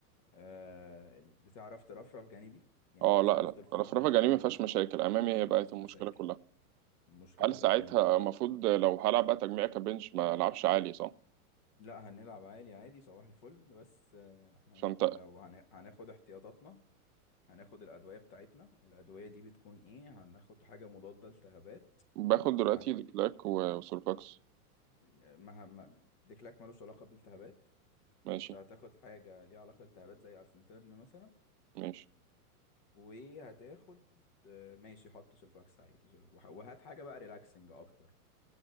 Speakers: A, on the left; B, on the right.
A: آه ال- بتعرف ترفرف جانبي يعني
B: اه
A: بتعرف
B: لا لا
A: ترفع
B: الرفرفة
A: كده
B: الجانبي
A: جانبي
B: ما فيهاش مشاكل أمامي هي بقت
A: مفيش
B: المشكلة
A: مشاكل
B: كلها
A: المشكلة
B: هل
A: في
B: ساعتها
A: الأمامي
B: المفروض لو هلعب بقى تجميع كبنش ما ألعبش عالي صح؟
A: لا هنلعب عالي عادي صباح الفل بس آه احنا
B: عشان
A: يعني
B: تقل
A: لو هن... هناخد احتياطاتنا هناخد الأدوية بتاعتنا الأدوية دي بتكون ايه هناخد حاجة مضادة لالتهابات
B: باخد دلوقتي
A: وهندي
B: ديكلاك و- وسولفاكس
A: ما ما- ديكلاك ملوش علاقة بالالتهابات
B: ماشي
A: انت هتاخد حاجة ليها علاقة بالالتهابات زي الفنترن مثلا
B: ماشي
A: وهتاخد آه، ماشي حط سلفاكس عادي سل- وه- وهات حاجة بقى ريلاكسنج أكتر